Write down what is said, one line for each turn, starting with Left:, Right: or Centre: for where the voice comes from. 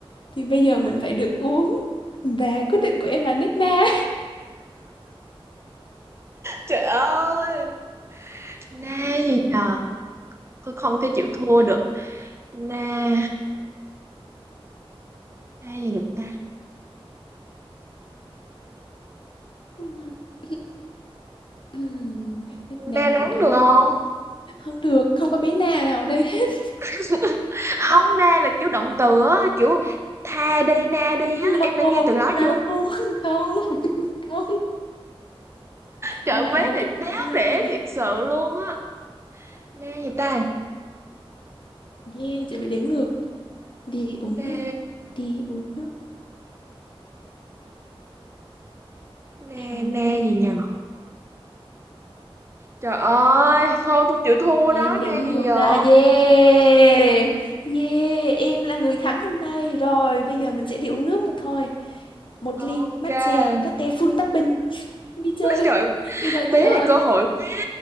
Left: thì bây giờ mình phải được uống và quyết định của em là nết na
Right: Trời ơi, na gì nhờ, tôi không thể chịu thua được. Na, na gì được ta?
Left: <laughs> Ừm, nết na
Right: Na nóng
Left: rồi đó
Right: được không?
Left: không được không có bé na nào ở đây hết
Right: <laughs> Không, na là kiểu động từ á, kiểu tha đi, na đi
Left: no
Right: á. Em đã nghe từ đó
Left: no
Right: chưa?
Left: không không
Right: Trận
Left: ai lại
Right: vế
Left: nói
Right: này
Left: cái
Right: đáo
Left: từ đó bây
Right: để
Left: giờ
Right: thiệt sự luôn á. Na gì ta?
Left: yeah chị bị đếm ngược đi uống
Right: Na,
Left: nước đi uống nước
Right: na,
Left: rồi
Right: na gì nhờ? Trời ơi, thôi tôi chịu thua
Left: em
Right: đó,
Left: đếm
Right: na gì
Left: ngược
Right: giờ?
Left: đã yeah yeah em là người thắng hôm nay rồi bây giờ mình sẽ đi uống nước một thôi một
Right: Ok.
Left: ly matcha
Right: <laughs>
Left: latte full topping đi chơi
Right: Trời,
Left: <laughs> đi thôi chị
Right: bé
Left: ơi
Right: này cơ hội quý.